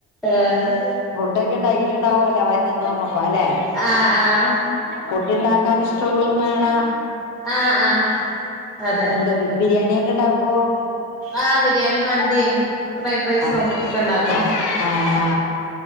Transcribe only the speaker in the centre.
ആഹ്
ആഹ് ആഹ്
ആഹ് ആഹ് അതെ
ആഹ് ബിരിയാണിയും മന്തിയും ഫ്രൈഡ് റൈസും
ഒക്കെ ഉണ്ടാക്കും